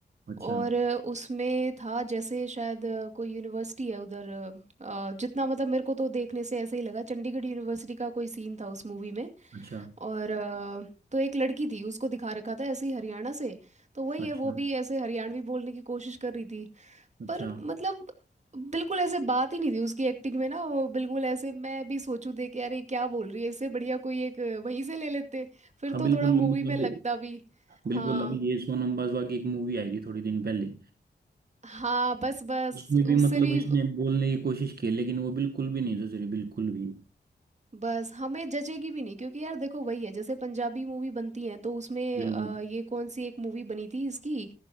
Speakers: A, on the right (about 60°); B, on the right (about 40°).
A: अच्छा
B: और उसमें था जैसे शायद अ, कोई यूनिवर्सिटी है उधर अ, अ, जितना मतलब मेरे को तो देखने से ऐसे ही लगा चंडीगढ़ यूनिवर्सिटी का कोई सीन था उस मूवी में
A: अच्छा
B: और अ, तो एक लड़की थी उसको दिखा रखा था ऐसे ही हरियाणा से तो वही
A: अच्छा
B: है वो भी ऐसे हरियाणवी बोलने की कोशिश कर रही थी
A: अच्छा
B: पर मतलब बिल्कुल ऐसे बात ही नहीं थी उसकी एक्टिंग में ना वो बिल्कुल ऐसे मैं भी सोचूं देख के अरे क्या बोल रही है इससे बढ़िया कोई एक अ, वहीं से ले लेते फिर
A: हाँ
B: तो
A: बिल्कुल
B: थोड़ा मूवी
A: मतलब
B: में लगता भी
A: बिल्कुल
B: हाँ
A: अभी ये सोनम बाजवा की एक मूवी आई थी थोड़े दिन पहले
B: हाँ बस बस
A: उसने
B: उससे
A: भी मतलब
B: भी
A: इसने बोलने की कोशिश की लेकिन वो बिल्कुल भी नहीं सुधरी बिल्कुल भी
B: बस हमें जचेगी भी नहीं क्योंकि यार देखो वही है जैसे पंजाबी मूवी बनती है तो उसमें
A: बिल्कुल
B: अ, ये कौन सी एक मूवी बनी थी इसकी